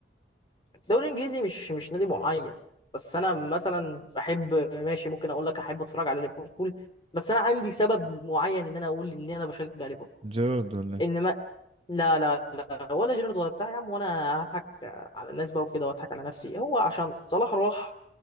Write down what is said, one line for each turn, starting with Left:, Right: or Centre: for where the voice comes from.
Left: الدوري الانجليزي مش مش نادي معين بس انا مثلا بحب ماشي ممكن اقول لك احب اتفرج على ليفربول بس انا عندي سبب معين ان انا اقول ان انا بشجع ليفربول
Right: جيرارد ولا ايه
Left: انما لا لا لا ولا جيرارد ولا بتاع يا عم وانا هضحك على الناس بقى وكده واضحك على نفسي هو عشان صلاح راح